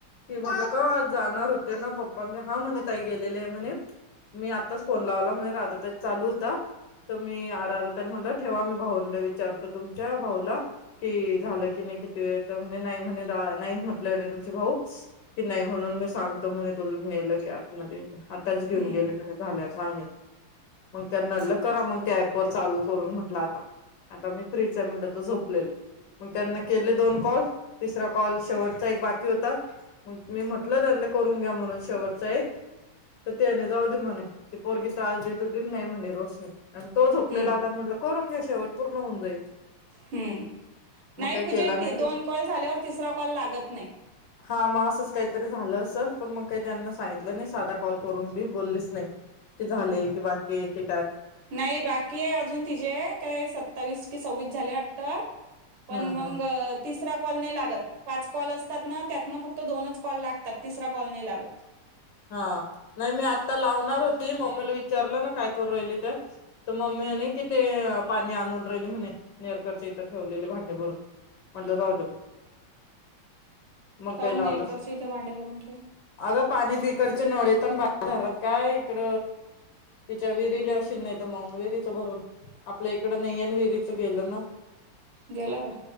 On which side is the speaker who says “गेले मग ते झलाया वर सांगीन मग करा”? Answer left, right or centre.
Left